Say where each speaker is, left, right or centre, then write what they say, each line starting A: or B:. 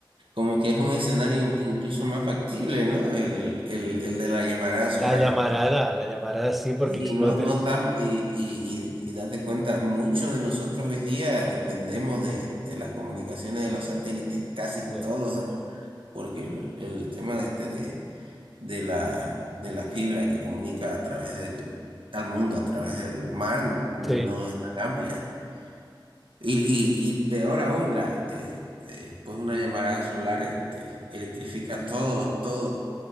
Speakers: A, on the right; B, in the centre.
A: Como que es un escenario in- incluso más factible, ¿no? El, el, el de la llamarada solar.
B: La llamarada, la llamarada sí, porque
A: Sí,
B: explota
A: no, no
B: el...
A: estamos, y, y, y, y date cuenta, muchos de nosotros hoy día dependemos de, de las comunicaciones de los satélites, casi
B: Sí.
A: todos. porque el, el tema de este de, de la, de la fibra que comunica a través del, al mundo, a través del mar, no
B: Sí.
A: es tan amplia. Y, y, y peor aún, la, este, pues una llamarada solar este, electrifica todo, todo,